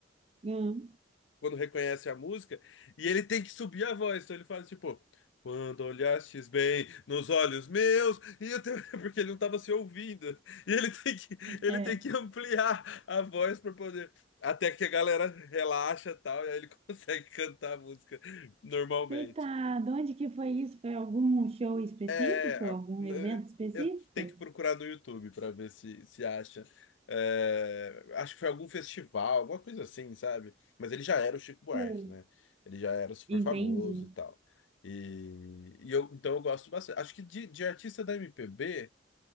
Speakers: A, on the right; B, on the left.
A: hum,
B: quando reconhece a música, e ele tem que subir a voz. Então ele faz tipo, quando olhastes bem nos olhos meus, e eu tenho... <laughs> porque ele não estava se ouvindo. E ele tem que, ele
A: é.
B: tem que ampliar a voz para poder. Até que a galera relaxa e tal, e aí ele <laughs> consegue cantar a música normalmente.
A: Coitado, onde que foi isso? Foi algum show específico?
B: É, é,
A: Algum
B: a-
A: evento específico?
B: eu tenho que procurar no YouTube para ver se se acha. É, acho que foi algum festival, alguma coisa assim, sabe? Mas ele já era o Chico Buarque,
A: Sei.
B: né? Ele já era super
A: Entendi.
B: famoso e tal. E, e eu, então eu gosto bastante. Acho que de, de artista da MPB,